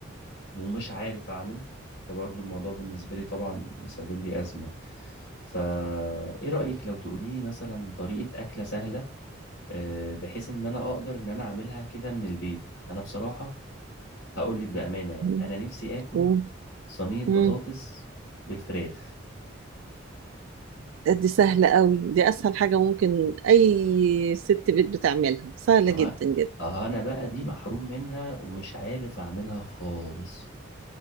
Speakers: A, on the left; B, on the right.
A: ومش عارف اعمل فبرضو الموضوع بالنسبه لي طبعا مسبب لي ازمه فا ايه رايك لو تقولي لي مثلا طريقه اكله سهله أه بحيث ان انا اقدر ان انا اعملها كده من البيت انا بصراحه هقول لك بامانه يعني
B: مم.
A: انا نفسي اكل
B: مم.
A: صينية بطاطس
B: مم.
A: بالفراخ
B: دي سهلة قوي دي اسهل حاجة ممكن اي ست بيت بتعملها سهلة
A: اه
B: جدا جدا
A: اه انا بقى دي محروم منها ومش عارف اعملها خالص